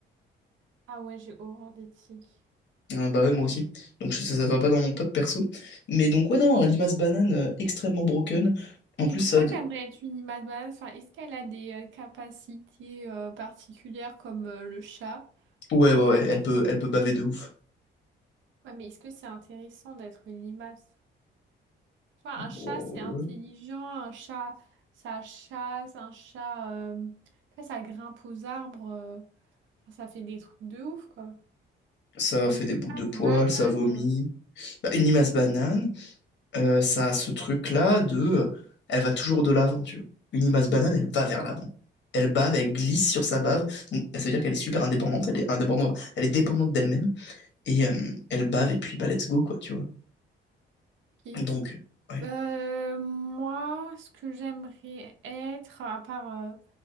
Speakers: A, on the right (about 70°); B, on the left (about 65°).
A: Ah ouais, j'ai horreur des tiques.
B: Euh, bah ouais, moi aussi. Donc je- ça, ça va pas dans mon top perso. Mais donc, ouais, non, limace banane euh, extrêmement broken. En
A: Mais
B: plus,
A: pourquoi
B: ça. de-
A: t'aimerais être une image Enfin, est-ce qu'elle a des euh, capacités euh, particulières comme euh, le chat
B: Ouais,
A: ou
B: ouais,
A: pas
B: ouais, elle
A: du
B: peut,
A: tout?
B: elle peut baver de ouf.
A: Ouais, mais est-ce que c'est intéressant d'être une limace? Tu vois,
B: Bon,
A: un chat, c'est intelligent,
B: ouais.
A: un chat, ça chasse, un chat, euh, tu vois, ça grimpe aux arbres. euh, Enfin, ça fait des trucs de ouf, quoi. Alors
B: Ça
A: Qu'une
B: fait des
A: limace
B: boules de poils,
A: banane.
B: ça vomit. Bah, une limace banane. euh, ça a ce truc-là de... euh, Elle va toujours de l'avant, tu vois. Une limace banane, elle va vers l'avant. Elle bave, elle glisse sur sa bave. Donc, ça veut dire qu'elle est super indépendante, elle est indépendante, elle est dépendante d'elle-même. Et euh, elle bave, et puis bah let's go, quoi, tu vois.
A: Ok.
B: Donc, ouais.
A: Euh, moi, ce que j'aimerais être, à part, euh,